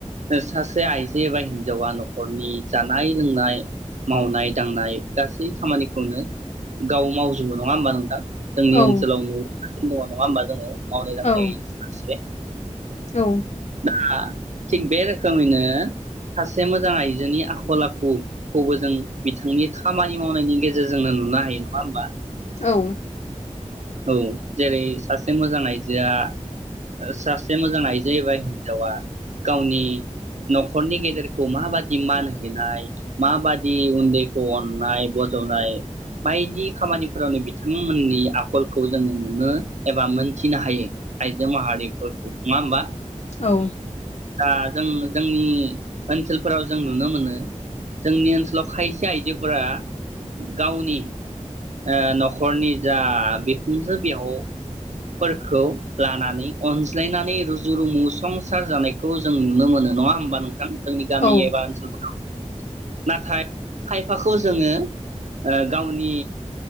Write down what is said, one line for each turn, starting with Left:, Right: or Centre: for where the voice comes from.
Right: सासे आइजो एबा हिन्जावा न'खरनि जानाय लोंनाय मावनाय दांनाय गासै खामानिखौनो गाव मावजोबो नङा होमबा नोंथां? जोंनि
Left: औ
Right: ओनसोलाव नु गासिनो दङ नङा होमबा जोङो? मावनाय दांनाय
Left: औ
Right: फारसे
Left: औ
Right: आं थिग बे रोखोमैनो सासे मोजां आइजोनि आखल आखुखौबो जों बिथांनि खामानि मावनायनि गेजेरजोंनो नुनो हायो नङा होमबा?
Left: औ
Right: औ जेरै सासे मोजां आइजोआ ओ सा से मोजां आइजो बा हिनजावा गावनि न'खरनि गेदेरखौ माबादि मान हैनाय माबादि उन्दैखौ अननाय ब जनाय बायदि खामानिफोरावनो बिथांमोननि आखलखौ जोङो नुनो एबा मोनथिनो हायो आइजो माहारिफोरखौ। नङा होमबा?
Left: औ
Right: दा जों जोंनि ओनसोलफोराव जों नुनो मोनो जोंनि ओनसोलाव खायसे आइजोफोरा गावनि ओ न'खरनि जा बिखुनजो बिहाव फोरखौ लानानै अनज्लायनानै रुजु रुमु संसार जानायखौ जों नुनो मोनो नङा होमबा नोंथां? जोंनि गामि
Left: औ
Right: एबा ओनसोलफोराव नाथाय खायफाखौ जोङो ओ गावनि